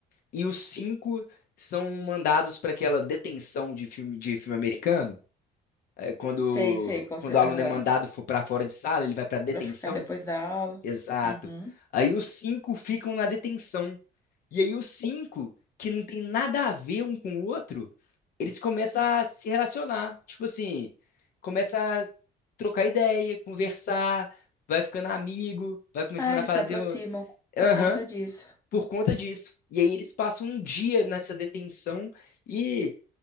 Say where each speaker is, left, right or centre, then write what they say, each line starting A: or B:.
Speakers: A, on the left; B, on the left.
A: E os cinco são mandados para aquela detenção de filme, de filme americano é, quando,
B: Sei, sei, com
A: quando
B: cer-
A: o aluno
B: aham,
A: é mandado for para fora de sala, ele vai para detenção?
B: Pra ficar depois da aula.
A: Exato.
B: Uhum.
A: Aí os cinco ficam na detenção. E aí os cinco, que não tem nada a ver um com o outro, eles começam a se relacionar. Tipo assim, começa a trocar ideia, conversar, vai ficando amigo, vai começando
B: Ah, eles
A: a fazer
B: se aproximam
A: o... Aham,
B: por conta disso.
A: por conta disso. E aí eles passam um dia nessa detenção e